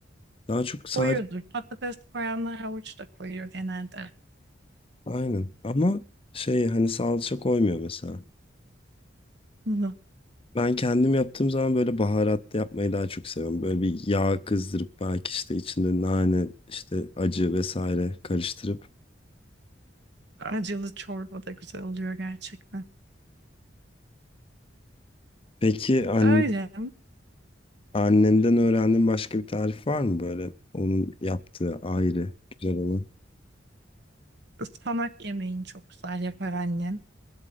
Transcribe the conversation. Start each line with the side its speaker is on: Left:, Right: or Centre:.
Left: Daha çok sadece
Right: Koyuyordur. Patates koyanlar havuç da koyuyor genelde.
Left: aynen. Ama şey hani salça koymuyor mesela.
Right: Hı.
Left: Ben kendim yaptığım zaman böyle baharatlı yapmayı daha çok seviyorum. Böyle bir yağ kızdırıp belki işte içinde nane, işte acı vesaire karıştırıp.
Right: Acılı çorba da güzel oluyor gerçekten.
Left: Peki anne,
Right: Öyle.
Left: annenden öğrendiğin başka bir tarif var mı böyle? Onun yaptığı ayrı güzel olan.
Right: Ispanak yemeğini çok güzel yapar annem.